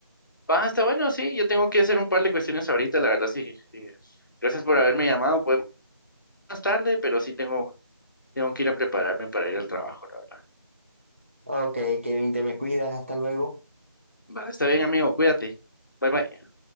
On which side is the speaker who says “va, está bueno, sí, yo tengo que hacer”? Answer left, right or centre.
Left